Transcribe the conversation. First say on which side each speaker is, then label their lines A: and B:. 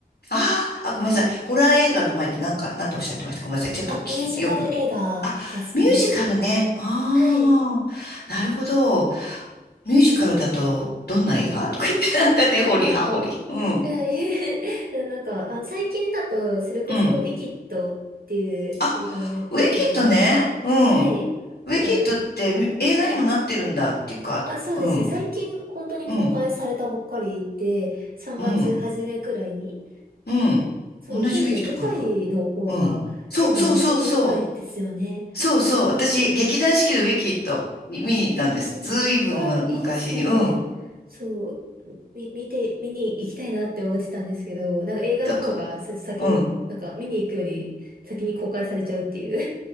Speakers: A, on the left (about 75°); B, on the right (about 65°).
A: あーあ、ごめんなさい。ホラー映画の前ってなんか、なんておっしゃってましたごめんなさい。ちょっと聞き、
B: あ、ミュージカル映画が好きです。
A: よく聞き、あ、ミュージカルね。ああ、
B: はい。
A: なるほど。ミュージカルだと、どんな映画とか言って、なんかね、
B: あ、
A: 掘り葉掘り。
B: なんか、
A: うん。
B: え <laughs> なんか、あ、最近だと、それこそ、
A: うん。
B: ウィキッドっていう映画がやってて、
A: あ、ウィキッドね。うん。
B: はい。
A: ウ
B: なんか、
A: ィキッドってみ映画にもなってるんだっていうか、
B: あ、そうですね。
A: うん。
B: 最近、本当に公開されたばっかりで、
A: うん。
B: 3月初めくらいに。
A: うん。うん。
B: そう、
A: 同じウィキッドかな。
B: そうですね。舞台の方が結構馴染み深いですよね。
A: うん。そうそうそうそう。そうそう。私、劇団四季のウィキッドに見に行ったんです。
B: うんうん。
A: ずいぶんむ昔に。
B: ああ、いいですね。
A: うん。
B: そう、み、見て、見に行きたいなって思ってたんですけど、なんか映画の方がさ先に、
A: だから、うん。
B: なんか見に行くより先に公開されちゃうっていう